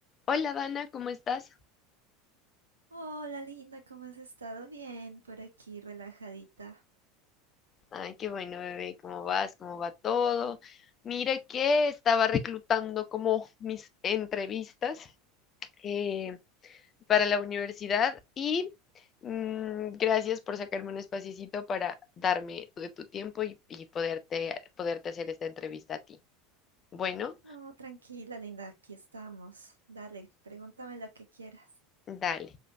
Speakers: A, on the left; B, on the right.
A: Hola Dana, ¿cómo estás?
B: Hola, linda, ¿cómo has estado? Bien, por aquí, relajadita.
A: Ay, qué bueno, bebé, ¿cómo vas? ¿Cómo va todo? Mira que estaba reclutando como mis entrevistas eh, para la universidad y mm, gracias por sacarme un espaciecito para darme de tu tiempo y, y poderte, poderte hacer esta entrevista a ti. Bueno,
B: No, tranquila, linda, aquí estamos. Dale, pregúntame lo que quieras.
A: dale.